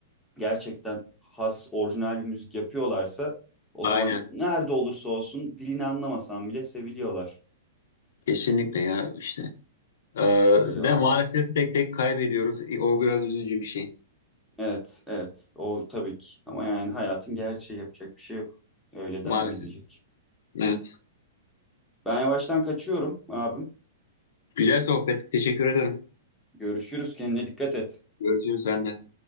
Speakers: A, in the centre; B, on the left (about 70°).
A: gerçekten has orijinal bir müzik yapıyorlarsa o
B: Aynen.
A: zaman nerede olursa olsun dilini anlamasan bile seviliyorlar.
B: Kesinlikle ya işte. E,
A: Öyle valla.
B: de maalesef tek tek kaybediyoruz. E, O biraz üzücü bir şey.
A: Evet evet o tabii ki. Ama yani hayatın gerçeği yapacak bir şey yok. Öyle devam
B: Maalesef.
A: edecek.
B: Evet.
A: Evet. Ben yavaştan kaçıyorum abim.
B: Güzel sohbet. Teşekkür ederim.
A: Görüşürüz kendine dikkat et.
B: Görüşürüz sen de.